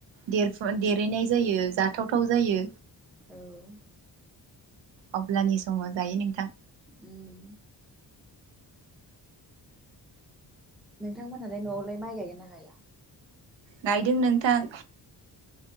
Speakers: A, on the right; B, in the centre.
A: देरफु देरहैनाय जायो जाथावथाव जायो
B: औ
A: अब्लानि समाव जायो नोंथां
B: उम नोंथांमोनहालाय न'आवलाय माइ गायगोन ना गाया?
A: नायदों नोंथां।